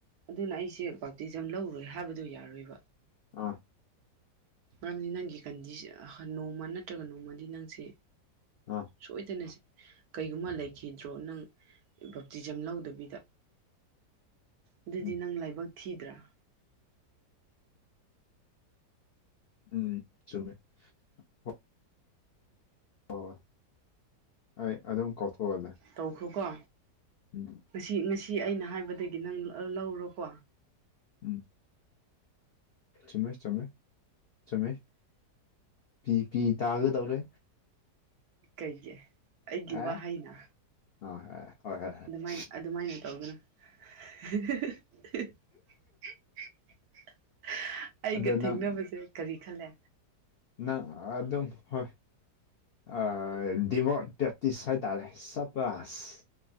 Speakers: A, on the right; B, on the left.
A: ꯑꯗꯨꯅ ꯑꯩꯁꯦ ꯕꯛꯇꯤꯖꯝ ꯂꯧꯔꯣꯏ ꯍꯥꯏꯕꯗꯣ ꯌꯥꯔꯣꯏꯕ
B: ꯑꯥ
A: ꯃꯔꯝꯗꯤ ꯅꯪꯒꯤ ꯀꯟꯗꯤ ꯅꯣꯡꯃ ꯅꯠꯇ꯭ꯔꯒ ꯅꯣꯡꯃꯗꯤ ꯅꯪꯁꯦ
B: ꯑꯥ
A: ꯁꯣꯏꯗꯅꯁꯤ ꯀꯩꯒꯨꯝꯕ ꯂꯩꯈꯤꯗ꯭ꯔꯣ ꯅꯪ ꯕꯞꯇꯤꯖꯝ ꯂꯧꯗꯕꯤꯗ ꯑꯗꯨꯗꯤ
B: ꯎꯝ
A: ꯅꯪ ꯂꯥꯏꯕꯛ ꯊꯤꯗ꯭ꯔꯥ
B: ꯎꯝ ꯆꯨꯝꯃꯦ ꯍꯣꯏ ꯍꯣꯏ ꯍꯣꯏ ꯑꯗꯨꯝ ꯀꯥꯎꯊꯣꯛꯍꯜꯂꯦ
A: ꯇꯧꯈ꯭ꯔꯣꯀꯣ
B: ꯎꯝ
A: ꯉꯁꯤ ꯉꯁꯤ ꯑꯩꯅ ꯍꯥꯏꯕꯗꯒꯤ ꯅꯪ ꯂꯧꯔꯣꯀꯣ
B: ꯎꯝ ꯆꯨꯝꯃꯦ ꯆꯨꯝꯃꯦ ꯆꯨꯝꯃꯦ ꯄꯤ ꯄꯤ ꯇꯥꯒꯗꯧꯔꯦ
A: ꯀꯩꯒꯤ ꯑꯩꯒꯤ
B: ꯑꯦ
A: ꯋꯥꯍꯩꯅ
B: ꯍꯣꯏ ꯍꯣꯏ ꯍꯣꯏ ꯍꯣꯏ
A: ꯑꯗꯨꯃꯥꯏ ꯑꯗꯨꯃꯥꯏꯅ ꯇꯧꯒꯅꯨ <unintelligible> ꯑꯩꯒ
B: ꯑꯗꯣ
A: ꯊꯦꯡꯅꯕꯁꯦ
B: ꯅꯪ
A: ꯀꯔꯤ ꯈꯜꯂꯦ
B: ꯅꯪ ꯑꯗꯨꯝ ꯍꯣꯏ ꯑꯥ ꯗꯤꯕꯣꯠ ꯗꯦꯇꯤꯁ ꯍꯥꯏꯇꯥꯔꯦ ꯁꯕꯥꯁ